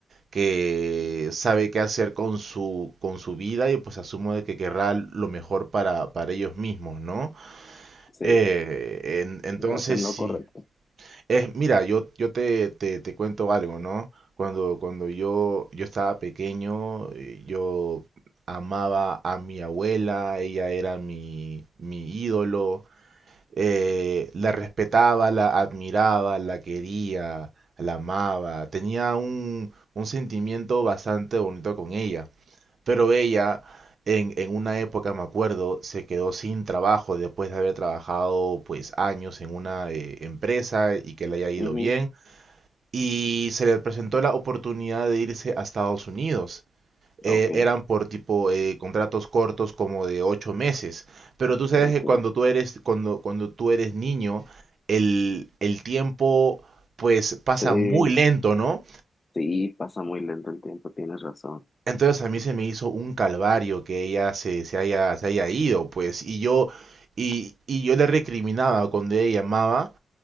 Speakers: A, on the right; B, on the left.
A: que sabe qué hacer con su, con su vida y pues asumo de que querrá lo mejor para, para ellos mismos, ¿no?
B: sí,
A: Eh, en- entonces
B: estás en
A: sí.
B: lo correcto.
A: Es, mira, yo, yo te, te, te cuento algo, ¿no? Cuando, cuando yo, yo estaba pequeño, eh, yo amaba a mi abuela, ella era mi, mi ídolo, eh, la respetaba, la admiraba, la quería, la amaba, tenía un, un sentimiento bastante bonito con ella. Pero ella, en, en una época, me acuerdo, se quedó sin trabajo después de haber trabajado pues años en una eh, empresa y que le haya ido
B: Ujú,
A: bien. Y se le presentó la oportunidad de irse a Estados Unidos. Eh,
B: Ok,
A: eran por tipo eh, contratos cortos como de ocho meses. Pero tú sabes
B: ok,
A: que cuando tú eres, cuando, cuando tú eres niño, el, el tiempo pues pasa
B: sí,
A: muy lento, ¿no?
B: sí, pasa muy lento el tiempo, tienes razón,
A: Entonces a mí se me hizo un calvario que ella se, se haya, se haya ido, pues, y yo, y, y yo le recriminaba cuando ella llamaba,